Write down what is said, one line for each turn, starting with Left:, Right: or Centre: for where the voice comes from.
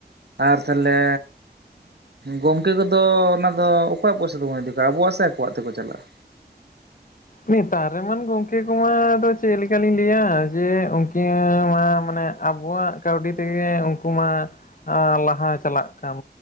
Right: ᱟᱨ ᱛᱟᱦᱞᱮ ᱜᱚᱝᱠᱮ ᱠᱚᱫᱚ ᱚᱱᱟ ᱫᱚ ᱚᱠᱟᱭᱟᱜ ᱯᱚᱭᱥᱟ ᱛᱮᱵᱚᱱ ᱤᱫᱤ ᱠᱚᱣᱟ ᱟᱵᱚᱣᱟᱜ ᱥᱮ ᱟ ᱠᱚᱣᱟᱜ ᱛᱮᱠᱚ ᱪᱟᱞᱟᱜᱼᱟ?
Left: ᱱᱮᱛᱟᱨ ᱮᱢᱟᱱ ᱜᱚᱝᱠᱮ ᱠᱚᱢᱟ ᱫᱚ ᱪᱮᱜ ᱞᱮᱠᱟᱞᱤᱧ ᱞᱟᱹᱭᱟ ᱡᱮ ᱠᱮᱸ ᱢᱟ ᱢᱟᱱᱮ ᱟᱵᱚᱣᱟᱜ ᱠᱟᱹᱣᱰᱤ ᱛᱮᱜᱮ ᱩᱝᱠᱩ ᱢᱟ ᱟ ᱞᱟᱦᱟ ᱪᱟᱞᱟᱜ ᱠᱟᱱ